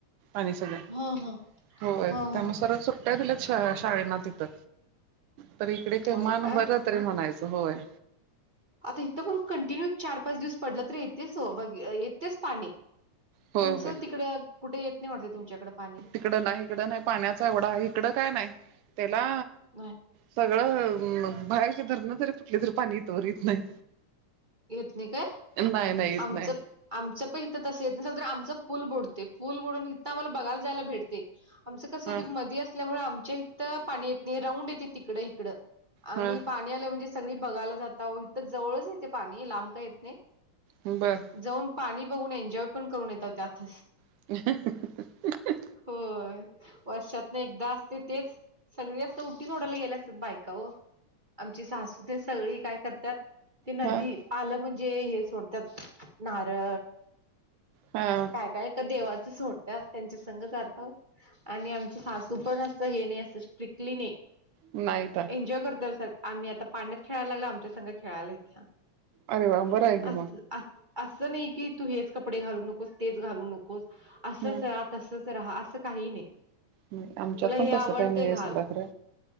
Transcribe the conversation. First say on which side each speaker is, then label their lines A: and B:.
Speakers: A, on the right; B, on the right.
A: आणि सगळं
B: हां, हां.
A: होय
B: हां,
A: त्यामुळे
B: हां.
A: सर सुट्ट्या दिल्यात शाळे शाळेना तिथं. तर इकडे का
B: होय
A: मान
B: काय?
A: बर्या तरी म्हणायचं होय.
B: आता इथं पण कंटिन्यू चार पाच दिवस पडलं तर येतेच हो बघ येतेच पाणी.
A: होय
B: तुमचं
A: होय
B: तिकडे कुठे येत नाही म्हटत तुमच्याकडे पाणी?
A: तिकडं नाही हिकडं नाही पाण्याचा एवढा इिकडं काय नाही त्याला.
B: नाही,
A: सगळं बाहेरची धरणं जरी फुटली तरी पाणी इथवर इत नाही.
B: येत नाही काय?
A: नाही नाही येत
B: आमचं
A: नाही
B: आमचं पण इथं तसं येत नसल तर आमचं पूल बुडते. पुल बुडून इथं आम्हाला बघायला जायला भेटते. आमचं कसं
A: हा
B: होतय मदी असल्यामुळे आमच्या इथं पाणी येत नाही. राऊंड येते तिकडं-हिकडं. आम्ही
A: हा
B: पाणी आलं म्हणजे सगळी बघायला जाताव इथं जवळच येते पाणी लांब काय येत नाही.
A: बरं
B: जाऊन पाणी बघून एन्जॉय पण करून ये ताव त्यात.
A: <inaudible>
B: होय, वर्षातन एकदा असते तेच सगळी असं उटी सोडायला गेल्या असात बायका ओ आमची सासूतेन सगळी काय करतात ते नदी
A: हा
B: आलं म्हणजे हे सोडत्यात नारळ
A: हा
B: असं काय काय तर देवाच सोडत्यात त्यांच्या संग जाताव. आणि आमचे सासू पण असं हे नाही असं स्ट्रिक्टली नाही.
A: नाहीता.
B: एन्जॉय करतीया आम्ही आता पाण्यात खेळायला लागला आमच्या संग खेळायला येतीया.
A: अरे वा बरं आहे
B: <inaudible>
A: की
B: अस असं अस नाही की तू हेच कपडे घालू नकोस, तेच घालू नकोस. असंच
A: मग
B: राहा, तसच राहा असं काही नाही.
A: नाही आमच्यात
B: तुला हे
A: पण
B: आवडते
A: तसं काही नाही आहे
B: घाल
A: सोडा खर.